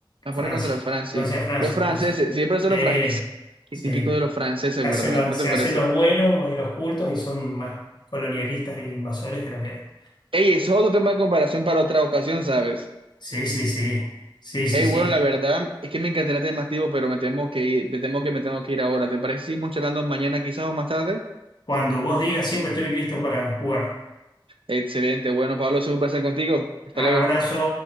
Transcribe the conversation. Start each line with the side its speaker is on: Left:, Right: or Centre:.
Right: La
Left: Francia,
Right: pone contra Francia.
Left: Francia, Francia,
Right: Los franceses,
Left: Francia.
Right: siempre son
Left: Sí,
Right: los franceses. <laughs>
Left: sí.
Right: Qué típico de los franceses,
Left: Se hacen
Right: ¿verdad?
Left: los,
Right: ¿No
Left: se
Right: te parece?
Left: hacen los buenos y los cultos y son más colonialistas e invasores que la mierda.
Right: Ey, eso es otro tema de comparación para otra ocasión, ¿sabes?
Left: Sí, sí, sí. Sí, sí,
Right: Ey,
Left: sí.
Right: bueno, la verdad es que me encantaría tener más tiempo, pero me temo que ir, te temo que me tengo que ir ahora. ¿Te parece si seguimos charlando mañana quizás o más tarde?
Left: Cuando vos digas, siempre estoy listo para jugar.
Right: Excelente. Bueno, Pablo, es un placer contigo. Hasta
Left: Abrazo.
Right: luego.